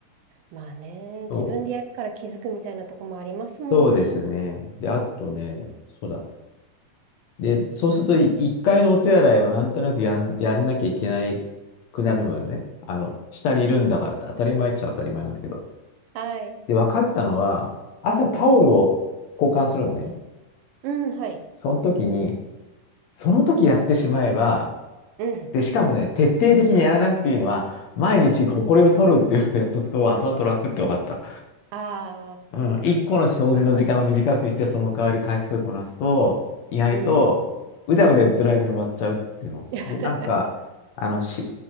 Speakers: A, on the right; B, on the left.
A: まあね、
B: そう。
A: 自分でやるから気づくみたいなとこもありますもんね。
B: そうですね。で、あとね、そうだ。で、そうすると、い一回のお手洗いはなんとなくやん、やんなきゃいけないくなるのよね。あの、下にいるんだからって当たり前っちゃ当たり前なんだけど。
A: はい。
B: で、分かったのは、朝タオルを交換するのね。
A: うん、はい。
B: その時に、その時やってしまえば、
A: うん。
B: で、しかもね、徹底的にやらなくていいのは、毎日ホコリを取るっていうのをやっとくと、後々楽って分かった。
A: ああ、わ
B: うん、1個の掃除の時間を短くして、
A: かります。
B: その代わり回数こなすと、意外と、
A: うん。
B: うだうだ言ってる間に終わっちゃうっていうの。
A: <laughs>
B: で、なんか、あの、し、